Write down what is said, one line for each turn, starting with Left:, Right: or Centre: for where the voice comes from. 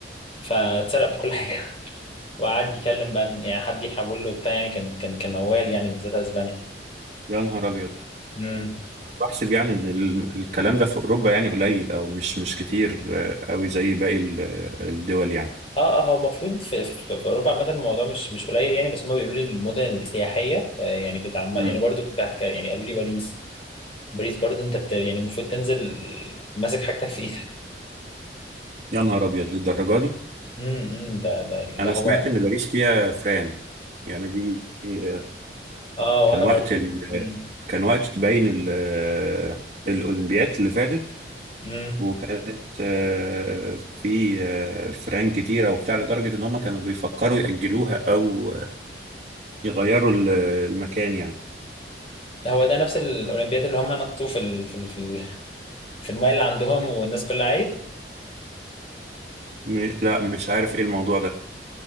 Left: فاتسرق بكل حاجة <laughs> وقعد يكلم بقى إن يعني حد يحول له بتاع يعني كان كان كان موال يعني بالذات أسبانيا
Right: يا نهار أبيض
Left: امم
Right: بحسب يعني ان ال- الكلام ده في اوروبا يعني قليل او مش مش كتير آه، قوي زي باقي ال- الدول يعني
Left: اه اه هو المفروض في, في, في اوروبا عامه الموضوع مش مش قليل يعني بس هم بيقولوا لي المدن السياحيه آه، يعني بتعمد
Right: مم.
Left: يعني برضو بتاع- يعني قالوا لي باريس بريز برضه انت بت... يعني المفروض تنزل ماسك حاجتك في ايدك
Right: يا نهار ابيض للدرجه دي
Left: <laughs> امم امم، ده ده اللي
Right: انا
Left: هو
Right: سمعت ان باريس فيها فران يعني دي آه،
Left: اه
Right: كان
Left: وانا
Right: وقت
Left: برضه
Right: ال...
Left: امم
Right: كان وقت تبين ال... آه، الاولمبياد اللي فاتت
Left: امم
Right: وكانت آه، في آه، فران كتيره وبتاع لدرجه ان هم كانوا بيفكروا ياجلوها او يغيروا ال- المكان يعني
Left: هو ده نفس الاولمبياد اللي هم نطوا في ال... في ال... في, ال... في المايه اللي عندهم والناس كلها عيب
Right: م... لا مش عارف ايه الموضوع ده